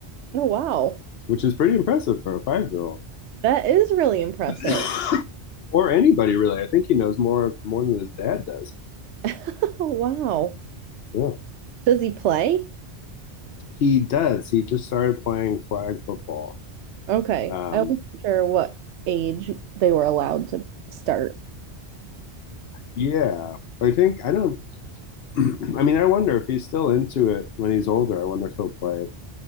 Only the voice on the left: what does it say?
which is pretty impressive for a five year old
<laughs> or anybody really. I think he knows more more than his dad does.
Yeah,
he does. He just started playing flag football.
Um,
yeah, I think I don't <clears throat> I mean, I wonder if he's still into it when he's older. I wonder if he'll play